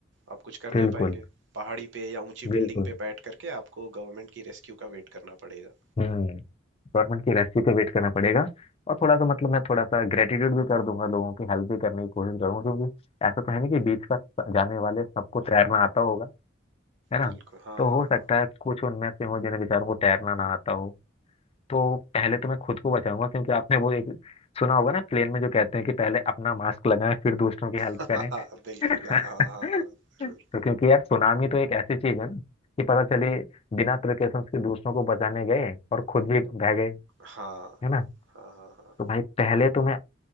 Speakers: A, on the right; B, on the left.
A: आप कुछ कर
B: बिल्कुल
A: नहीं पाएंगे पहाड़ी पे या ऊंची
B: बिल्कुल
A: बिल्डिंग पे बैठ करके आपको गवर्नमेंट की रेस्क्यू का वेट करना पड़ेगा
B: हम्म गवर्नमेंट की रेस्क्यू पे वेट करना पड़ेगा और थोड़ा सा मतलब मैं थोड़ा सा ग्रेटिट्यूड भी कर दूंगा लोगों की हेल्प भी करने की कोशिश करूंगा क्योंकि ऐसा तो है नहीं कि बीच का जाने वाले सबको तैरना आता होगा है
A: बिल्कुल
B: ना
A: हाँ
B: तो
A: हाँ
B: हो
A: हाँ
B: सकता है कुछ उनमें से हो जिन्हें बेचारों को तैरना ना आता हो तो पहले तो मैं खुद को बचाऊंगा क्योंकि आपने वो एक सुना होगा ना प्लेन में जो कहते हैं कि पहले अपना मास्क लगाएं फिर दूसरों की हेल्प
A: <laughs>
B: करें
A: हाँ बिल्कुल
B: <laughs>
A: हाँ हाँ हाँ, हाँ, जरूर
B: तो क्योंकि यार सुनामी तो एक ऐसी चीज है ना कि पता चले बिना प्रिकॉशंस के दूसरों को बचाने गए और खुद भी बह गए
A: हाँ
B: है ना।
A: हाँ हाँ हाँ
B: तो भाई पहले तो मैं